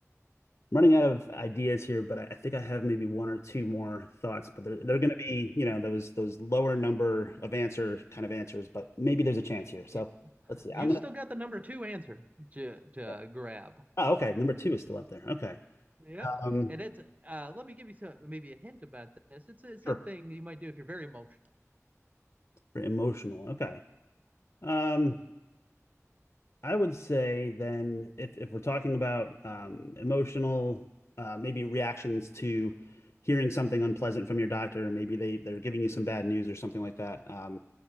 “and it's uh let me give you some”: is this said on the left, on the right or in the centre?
Right